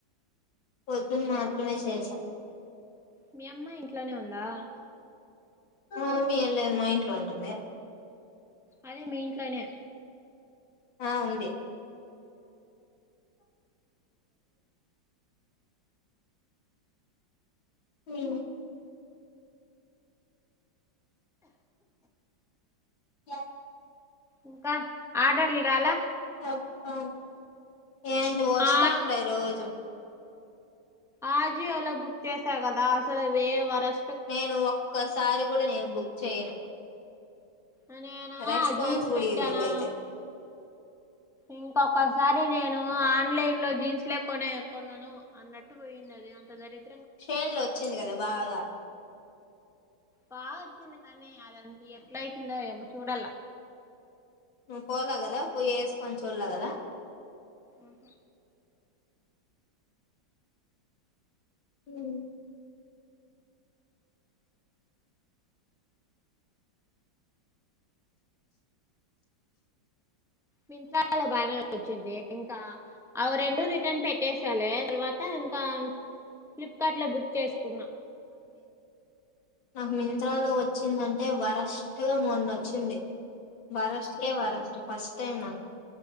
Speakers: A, on the left; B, in the centre.
A: పొద్ధున మాత్రమే చేసా
B: మీ అమ్మ ఇంట్లోనే ఉందా
A: మా అమ్మ ఏం లేదు మా ఇంట్లో ఉంటుంది.
B: అదే మీ ఇంట్లోనే
A: ఆ ఉంది. హు క్యా
B: ఇంకా ఆర్డర్లు రాలా
A: వత్తాన్ ఏంటి వస్తాండాయి
B: ఆ
A: రోజు
B: ఆ జియో లో బుక్ చేసా గదా, అసలఅవి వే వరస్
A: నేను ఒక్కసారి కూడ నేను బుక్ చేయను
B: అ నేనూ
A: రెస్పాన్స్
B: జీన్స్
A: కూడా
B: పెట్టానా.
A: ఈ రోజులు అయితే
B: ఇంకొకసారి అండి నేను ఆన్లైన్ లో జీన్స్లే కొనే కొనను అన్నట్టు పోయింది అది, అంత దరిద్
A: <unintelligible> వచ్చింది కద బాగా.
B: బాగ వచ్చింది కానీ, అదంత ఎట్ల అయితుందో ఏమో చూడాల్ల.
A: నువ్వు పోాల గదా, పోయ్యి ఏస్కోని చూడలే గదా?
B: అహ
A: ఉమ్
B: మింత్రాలో బానే వచ్చిద్దే, ఇంకా అవి రెండు రిటర్న్ పెట్టేేశాలే, తర్వాత ఇంకా ఫ్లిప్కార్ట్ లో బుక్ చేసుకున్నా.
A: నాకు మింత్రాలో వచ్చిందంటే వరస్ట్ గ మొనోచ్చింది. వారస్ట్ కే
B: ఏంది
A: వారస్ట్, ఫస్ట్ టైమ్ నా